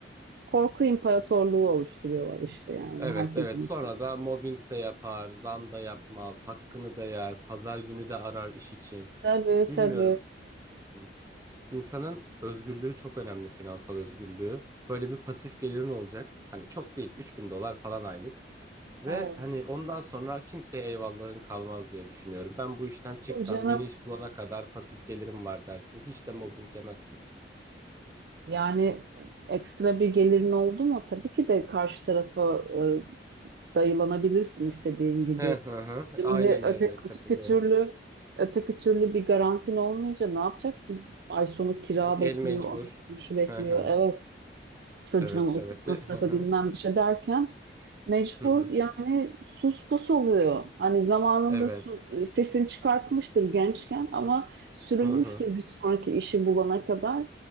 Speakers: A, on the right (about 60°); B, on the right (about 15°).
A: Korku imparatorluğu oluşturuyorlar işte yani
B: Evet
A: herkesin
B: evet sonra
A: içinde.
B: da mobbing de yapar, zam da yapmaz, hakkını da yer, pazar günü de arar iş için.
A: Tabii
B: Bilmiyorum.
A: tabii.
B: Hı. İnsanın özgürlüğü çok önemli finansal özgürlüğü. Böyle bir pasif gelirin olacak. Hani çok değil 3000 dolar falan aylık. Ve
A: Evet.
B: hani ondan sonra kimseye eyvallahın kalmaz diye düşünüyorum. Ben bu işten çıksam
A: Tabii canım.
B: yeni iş bulana kadar pasif gelirim var dersin. Hiç de mobbing yemezsin.
A: Yani e, ekstra bir gelirin oldu mu tabii ki de karşı tarafa e, dayılanabilirsin istediğin gibi.
B: Hı hı hı.
A: Şimdi
B: Aynen
A: öte,
B: öyle katılıyorum.
A: öteki türlü öteki türlü bir garantin olmayınca ne yapacaksın? Ay sonu kira
B: El
A: bekliyor,
B: mecbur.
A: şu bekliyor.
B: Hı hı.
A: Evet çocuğun
B: Evet
A: okul
B: evet de
A: masrafı
B: hı hı.
A: bilmem bir şey derken Mecbur
B: Hı hı.
A: yani sus pus oluyor. Hani zamanında
B: Evet.
A: su, e, sesini çıkartmıştır gençken ama sürünmüştür
B: Hı hı.
A: bir sonraki işi bulana kadar.